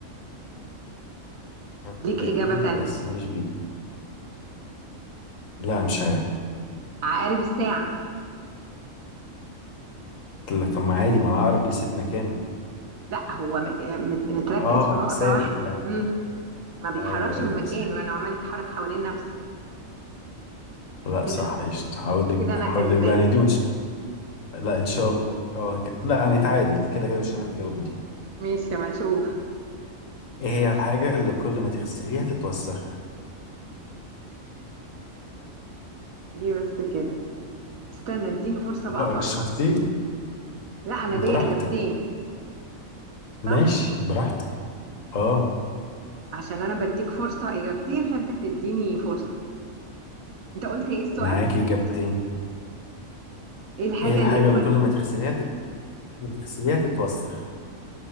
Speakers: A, on the left; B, on the right.
A: بيتحرك
B: ليك
A: دايما
B: إجابة تانية
A: بس مش بي لا مش عارف
B: عقارب الساعة
A: لا طب ما عادي ما العقرب بيسيب مكانه
B: لا هو م- مت- متركز
A: اه
B: في نقطة
A: ثابت
B: واحدة
A: يعني
B: امم ما بيتحركش
A: ايوه ايوه
B: من مكانه
A: ثابت
B: انا عمال يتحرك حوالين نفسه
A: لا
B: كده
A: صح قشطة هقول لك
B: كده انا
A: هقول
B: كسبانة
A: لك بقى انا دي مش لا ان شاء الله آه، ك- لا هنتعادل كده كده مش عارف الجواب دي
B: ماشي ما نشوف
A: ايه هي الحاجة اللي كل ما تغسليها تتوسخ <laughs>
B: ليه بس كده استنى اديني فرصة بقى
A: آه،
B: افكر
A: شفتي
B: لا انا
A: براحتك
B: ليا اجابتين
A: ماشي
B: صح
A: براحتك اه
B: عشان انا بديك فرصة اجابتين فانت تديني فرصة انت قلت ايه السؤال
A: معاكي اجابتين
B: ايه الحاجة
A: ايه الحاجة
B: اللي كل
A: اللي كل ما تغسليها ما تغسليها تتوسخ